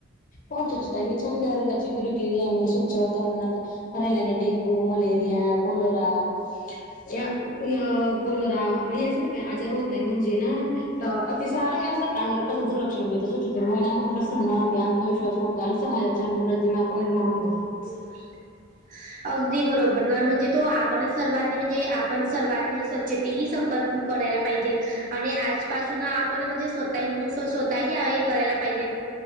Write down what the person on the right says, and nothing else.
<inaudible> अगदी बरोबर न म्हणजे तो आपणच सर्वांनी म्हणजे आपण सर्वांनी. स्वच्छते ही संकल्प करायला पाहिजे. आणि आजपासून आपण म्हणजे स्वतःही स्वतःही हे करायला पाहिजे.